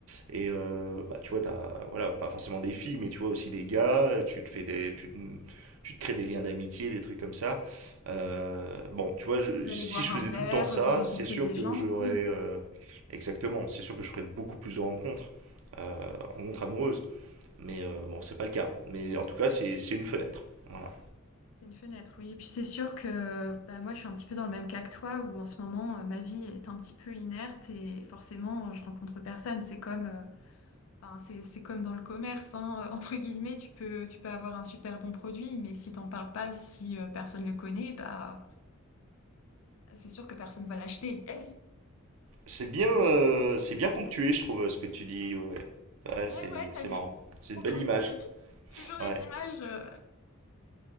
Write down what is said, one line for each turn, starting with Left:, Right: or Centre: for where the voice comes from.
Right: Et euh, bah, tu vois, t'as, voilà, pas forcément des filles, mais tu vois aussi des gars, tu te fais des, tu, te- tu te crées des liens d'amitié, des trucs comme ça. Euh, bon, tu vois, je-
Left: Vous
Right: si
Left: allez boire
Right: je faisais
Left: un verre,
Right: tout le temps ça,
Left: vous rencontrez
Right: c'est sûr
Left: des
Right: que
Left: gens.
Right: j'aurais,
Left: Oui,
Right: euh, exactement, c'est sûr que je ferais beaucoup plus de rencontres, euh, rencontres amoureuses. Mais euh, bon, c'est pas le cas. Mais en tout cas, c'est, c'est une fenêtre. Voilà.
Left: c'est une fenêtre, oui. Et puis c'est sûr que bah, moi, je suis un petit peu dans le même cas que toi, où en ce moment, euh, ma vie est un petit peu inerte et forcément, je rencontre personne. C'est comme, euh, enfin, c'est, c'est comme dans le commerce, hein, <laughs> entre guillemets, tu peux, tu peux avoir un super bon produit, mais si t'en parles pas, si euh, personne le connaît, bah, c'est sûr que personne va l'acheter. <laughs>
Right: C'est bien, euh, c'est bien ponctué, je trouve, ce que tu dis. Ouais, ouais,
Left: Ouais,
Right: c'est,
Left: ouais, t'as
Right: c'est
Left: vu?
Right: marrant. C'est
Left: <laughs>
Right: une belle image.
Left: T'as vu? Toujours les
Right: Ouais,
Left: images. euh,